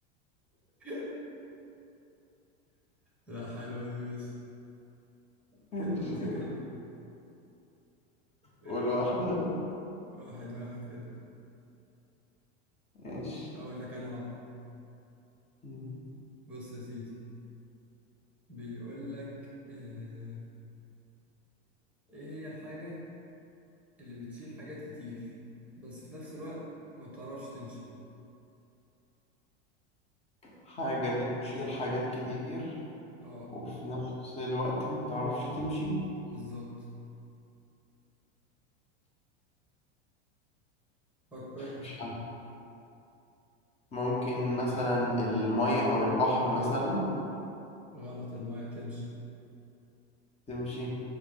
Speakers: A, in the centre; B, on the left.
A: <laughs> لا حلوة دي ماشي حلوة
B: ماشي
A: وذكية
B: يلا.
A: ماشي
B: والواحدة
A: واحد واحد كده
B: ماشي
A: ماشي هقول لك أنا واحدة
B: مم.
A: بص يا سيدي بيقول لك آه إيه هي الحاجة اللي بتشيل حاجات كتير بس في نفس الوقت ما بتعرفش تمشي
B: حاجة بتشيل حاجات كتير
A: اه
B: وفي نفس الوقت ما بتعرفش تمشي
A: بالظبط فكر
B: مش ممكن مثلا المية أو البحر مثلا
A: غلط المايه بتمشي
B: تمشي